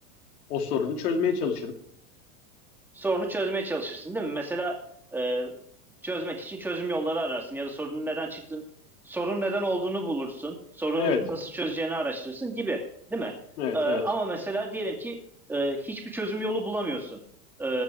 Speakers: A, on the left; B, in the centre.
A: O sorunu çözmeye çalışırım.
B: sorunu çözmeye çalışırsın değil mi? Mesela e, çözmek için çözüm yolları ararsın ya da sorunun neden çıktığını, sorun neden olduğunu bulursun, sorunu
A: Evet,
B: nasıl çözeceğini araştırırsın gibi değil mi?
A: evet,
B: E, ama
A: evet.
B: mesela diyelim ki e, hiçbir çözüm yolu bulamıyorsun E,